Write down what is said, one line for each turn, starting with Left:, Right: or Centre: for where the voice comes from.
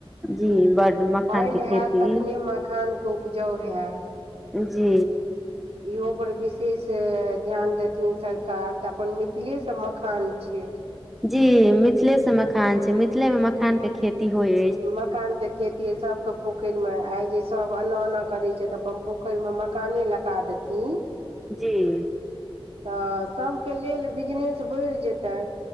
Centre: जी बड्ड मखानके
Right: पानि
Centre: खेती
Right: हेत तखने मखान के उपजाउ हेत
Centre: जी
Right: इहो पर विशेष ध्यान देथिन सरकार तऽ अपन मिथिलेसँ मखान छै
Centre: जी मिथिले से मखान छै मिथिले मे मखान के खेत छी होय
Right: मकान के खेती हय सबके पोखरि में आय जे सब एना ओना करे छै त अपन पोखरि में मकाने लगा देथिन
Centre: जी
Right: तऽ सभके लेल बिजनेस बढ़ि जेतै